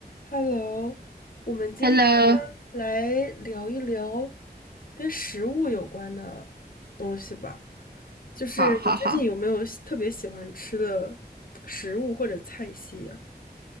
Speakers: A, on the left; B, on the right.
A: Hello，我们今天
B: Hello，
A: 来聊一聊跟食物有关的东西吧。就是你最近有没有喜特别喜欢吃的食物或者菜系呀？
B: 好，好，好，